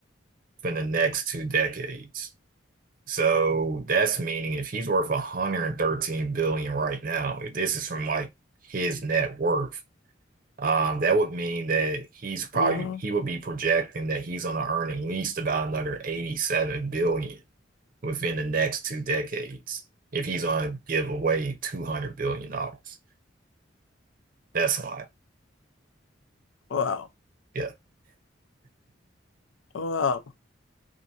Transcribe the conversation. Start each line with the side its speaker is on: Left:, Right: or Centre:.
Right: for the next two decades. So that's meaning if he's worth 113 billion dollars right now, if this is from like his net worth, um, that would mean that he's probably
Left: hmm
Right: he would be projecting that he's going to earn at least about another 87 billion dollars within the next two decades if he's going to give away 200 billion dollars. That's a lot.
Left: Wow.
Right: Yeah.
Left: Wow.